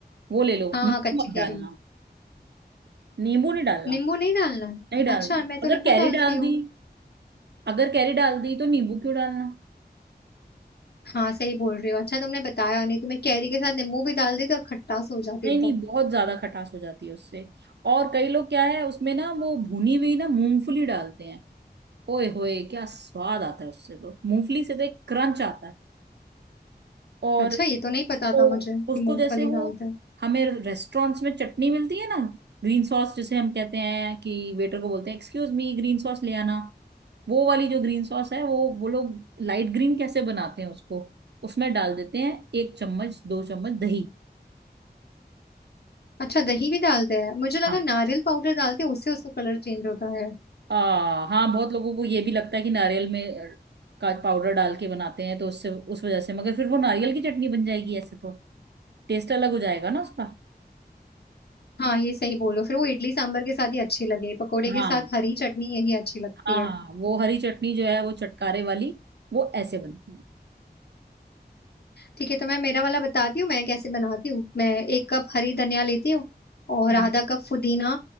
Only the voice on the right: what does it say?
वो ले लो
नींबू
मत
डालना
नींबू नहीं डालना
नहीं डालना
अगर
कैरी
डाल
दी अगर कैरी डाल दी तो नींबू क्यों डालना
नहीं
नहीं बहुत ज्यादा खटास हो जाती है उससे और कई लोग क्या है उसमें ना वो भुनी हुई ना मूंगफली डालते हैं ओए होए क्या स्वाद आता है उससे तो मूंगफली से तो एक क्रंच आता है और
उसको,
उसको
जैसे वो
हमें रेस्टोरेंट्स में चटनी मिलती है ना ग्रीन सॉस जिसे हम कहते हैं कि वेटर को बोलते हैं एक्सक्यूज मी ग्रीन सॉस ले आना वो वाली जो ग्रीन सॉस है वो वो लोग लाइट ग्रीन कैसे बनाते हैं उसको उसमें डाल देते हैं एक चम्मच दो चम्मच दही
हाँ
आ, हाँ बहुत लोगों को ये भी लगता है कि नारियल में अ, का पाउडर डाल के बनाते हैं तो उससे उस वजह से मगर फिर वो नारियल की चटनी बन जाएगी ऐसे तो टेस्ट अलग हो जाएगा ना उसका
हाँ
हाँ
हाँ वो हरी चटनी जो है वो चटकारे वाली वो ऐसे बनती है
हम्म